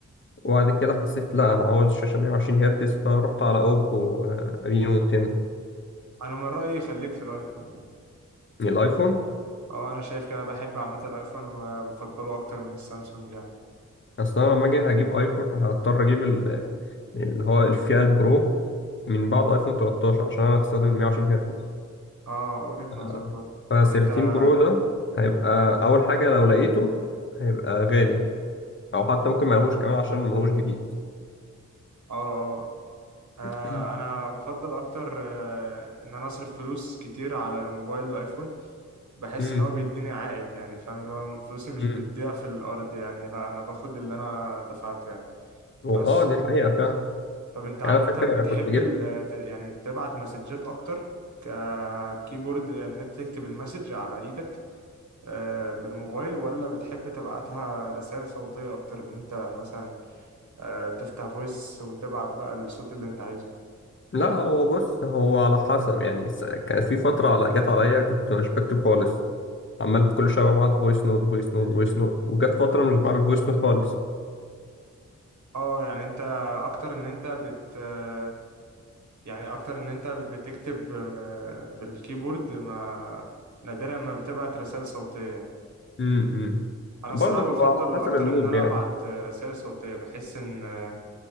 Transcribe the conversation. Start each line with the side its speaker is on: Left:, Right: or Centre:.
Left: وبعد كده حسيت لا انا عاوز شاشه 120 هرتز فرحت على اوبو آه، رينو 10
Right: انا من رأيي خليك في الايفون يعني
Left: من الايفون
Right: اه انا شايف كده بحب عامة الايفون وبفضله اكتر من السامسونج يعني
Left: اصلا انا لما اجي هجيب ايفون هضطر اجيب ال- اللي هو الفئه البرو من بعد ايفون 13 عشان انا بستخدم 120 هرتز
Right: اه وجهة
Left: آه.
Right: نظر برضه
Left: ف13
Right: طب انت
Left: برو ده هيبقى
Right: مم.
Left: اول حاجه لو لقيته هيبقى غالي او حتى ممكن ملهوش كمان عشان ملهوش جديد
Right: اه اه
Left: <clears throat>
Right: آه، انا بفضل اكتر آه، ان انا اصرف فلوس كتير على الموبايل الايفون بحس
Left: امم
Right: ان هو بيديني عائد يعني فاهم اللي هو فلوسي مش
Left: امم
Right: بتضيع في الارض يعني لا انا باخد اللي انا دفعته يعني بس
Left: اه دي حقيقه فعلا
Right: طب انت عامة
Left: يعني انا فاكر
Right: بتحب
Left: كنت جبت
Right: ال- ت- يعني تبعت مسجات اكتر ككيبورد يعني ان انت تكتب المسج على ايدك آه، بالموبايل ولا بتحب تبعتها رسائل صوتية اكتر ان انت مثلا آه، تفتح فويس وتبعت بقى الصوت اللي انت عايزه
Left: لا هو بص هو على حسب يعني س- كان في فتره على... جت عليا كنت مش بكتب خالص عمال كل شويه ببعت فويس نوت فويس نوت فويس نوت وجت فتره مش بعمل فويس نوت خالص
Right: اه يعني انت اكتر ان انت بت آه، يعني اكتر ان انت بتكتب آه، بالكيبورد ما نادرا ما بتبعت رسائل صوتية يعني
Left: امم
Right: انا الصراحة
Left: برضه
Right: بفضل
Left: تبقى على حسب
Right: اكتر
Left: المود
Right: ان انا
Left: يعني
Right: ابعت رسائل صوتية بحس ان آه،